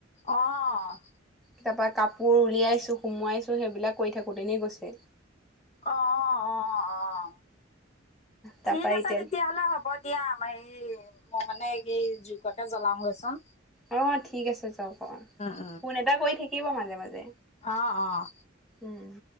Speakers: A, on the left (about 35°); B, in the centre.
A: অ'।
B: তাৰ পৰা কাপোৰ উলিয়াইছো, সুমোৱাইছো সেইবিলাক কৰি থাকোঁতেনেই গৈছে।
A: অ', অ', অ'।
B: তাৰপা
A: ঠিক আছে
B: এতিয়া
A: তেতিয়াহ'লে হ'ব দিয়া, এই মই মানে এই জুইকুৰাকে জলাও গৈচোন।
B: অ', ঠিক আছে যাওক অ',
A: উম,
B: ফোন এটা কৰি থাকিব মাজে মাজে।
A: অ', অ'।
B: উম।